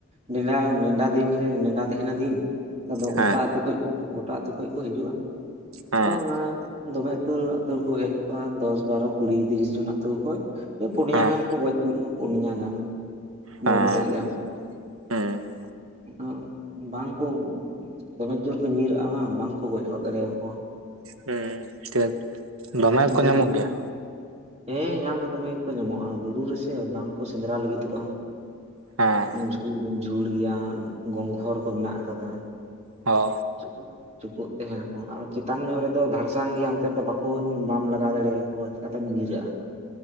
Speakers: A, on the right; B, on the right.
A: ᱱᱮᱰᱟ ᱱᱮᱰᱟ ᱫᱤᱱ ᱨᱮ ᱱᱮᱰᱟ ᱛᱟᱦᱮᱱᱟ ᱫᱤᱱ ᱾ ᱟᱫᱚ
B: ᱦᱮᱸ
A: ᱜᱚᱴᱟ ᱟᱹᱛᱩ ᱠᱷᱚᱡ ᱜᱚᱴᱟ ᱟᱹᱛᱩ ᱠᱷᱚᱡ ᱠᱚ ᱦᱤᱡᱩᱜᱼᱟ ᱾ <inaudible>
B: ᱦᱮᱸ
A: ᱟᱫᱚ ᱚᱱᱟ ᱫᱚᱢᱮ ᱟᱹᱛᱩ ᱟᱹᱛᱩ ᱦᱚᱲ ᱠᱚ ᱦᱮᱡ ᱠᱚᱜᱼᱟ ᱫᱚᱥ ᱵᱟᱨᱚ ᱠᱩᱲᱤ ᱛᱤᱨᱤᱥ ᱡᱚᱱ ᱟᱹᱛᱩ ᱠᱷᱚᱡ ᱾ ᱤᱱᱠᱟᱹ ᱯᱩᱱᱭᱟ
B: ᱦᱮᱸ
A: ᱜᱟᱱ ᱠᱚ ᱜᱚᱡ ᱤᱫᱤ ᱠᱚᱣᱟ ᱯᱩᱱᱭᱟ ᱜᱟᱱ ᱾ <inaudible> ᱢᱚᱬᱮ
B: ᱦᱮᱸ
A: ᱜᱚᱴᱮᱡ ᱜᱟᱱ ᱾
B: ᱦᱮᱸ ᱾
A: <unintelligible> ᱵᱟᱝᱠᱚ ᱫᱚᱢᱮᱠ ᱡᱳᱨ ᱠᱚ ᱧᱤᱨᱟᱹᱜᱼᱟ ᱵᱟᱝ ᱵᱟᱝᱠᱚ ᱜᱚᱡ ᱦᱚᱫ ᱫᱟᱲᱮᱭᱟᱠᱚᱣᱟ ᱾
B: ᱦᱮᱸ ᱪᱮᱫ ᱫᱚᱢᱮ ᱠᱚ
A: ᱵᱩᱨᱩ
B: ᱧᱟᱢᱚᱜ ᱜᱮᱭᱟ?
A: ᱦᱮᱸ ᱧᱟᱢ ᱫᱚ ᱫᱚᱢᱮ ᱜᱮᱠᱚ ᱧᱟᱢᱚᱜᱼᱟ ᱵᱩᱨᱩ ᱨᱮ ᱥᱮ ᱵᱟᱝᱠᱚ ᱥᱮᱸᱫᱽᱨᱟ ᱞᱟᱹᱜᱤᱫᱚᱜᱼᱟ ᱾
B: ᱦᱮᱸ
A: <inaudible> ᱡᱷᱩᱲ ᱡᱷᱩᱲ ᱜᱮᱭᱟ ᱜᱚᱝᱜᱷᱚᱨ ᱠᱚ ᱢᱮᱱᱟᱜ ᱟᱠᱟᱫᱟ ᱾ <inaudible>
B: ᱚ ᱾
A: <inaudible> ᱪᱩᱠᱩᱜ ᱛᱟᱦᱮᱱᱟᱠᱚ ᱾ ᱟᱫᱚ ᱪᱮᱛᱟᱱ ᱧᱚᱜ ᱨᱮᱫᱚ ᱫᱷᱟᱲᱥᱟᱝ ᱜᱮᱭᱟ ᱚᱱᱛᱮ ᱨᱮᱫᱚ ᱵᱟᱠᱚ ᱵᱟᱢ ᱞᱟᱜᱟᱣ ᱫᱟᱲᱮᱭᱟᱠᱚᱣᱟ ᱾ ᱚ ᱪᱮᱠᱟᱛᱮᱢ ᱧᱤᱨᱟᱹᱜᱼᱟ ᱾